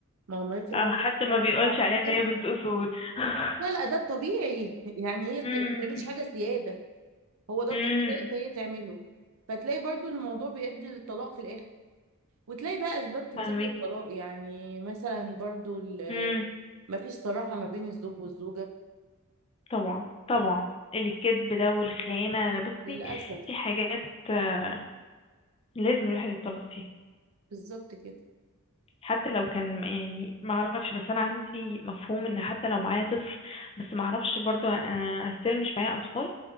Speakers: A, on the right (about 70°); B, on the left (about 25°).
A: ما هو مراتي
B: اه
A: برضه
B: حتى
A: بتقعد
B: ما بيقولش
A: بعد
B: عليها ان
A: كده
B: هي بنت اصول <laughs>
A: لا لا ده الطبيعي <laughs> يعني هي بت-
B: امم
A: ما بتعملش حاجه زياده هو ده
B: امم
A: الطبيعي فهي تعمله فتلاقي برضه إن الموضوع بيؤدي للطلاق في الاخر وتلاقي بقى اسباب كتير
B: فهماكي
A: للطلاق يعني مثلا برضه
B: امم
A: ما فيش صراحه ما بين الزوج والزوجه
B: <laughs> طبعا طبعا الكذب ده والخيانه انا بصي
A: للاسف
B: في حاجات آه، لازم الواحد يتطلق فيها
A: بالظبط كده
B: حتى لو كان يعني ما اعرفش بس انا عندي مفهوم ان حتى لو معايا طفل بس ما اعرفش برضو آه، استيل مش معايا اطفال